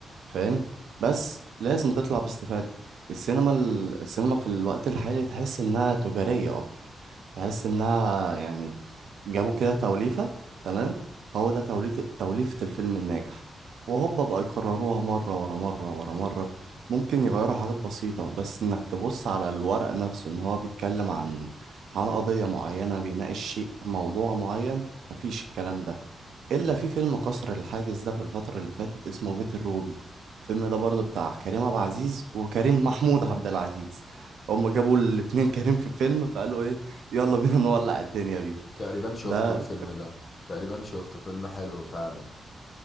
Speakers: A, on the right; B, on the left.
A: فاهم بس لازم تطلع باستفادة السينما ال... السينما في الوقت الحالي تحس انها تجارية اكتر تحس انها يعني جابوا كده توليفة تمام هو ده توليفة توليفة الفيلم الناجح وهوبا بقى يكرروها مرة ورا مرة ورا مرة ممكن يغيروا حاجات بسيطة بس إنك تبص على الورق نفسه إن هو بيتكلم عن عن قضية معينة بيناقش شيء موضوع معين مفيش الكلام ده إلا في فيلم كسر الحاجز ده في الفترة اللي فاتت اسمه بيت الروبي الفيلم ده برضه بتاع كريم عبد العزيز وكريم محمود عبد العزيز هما جابوا الاتنين كريم في فيلم فقالوا إيه يلا بينا نولع الدنيا بيه
B: تقريبا شفته
A: ده
B: الفيلم ده تقريبا شفته فيلم حلو فعلا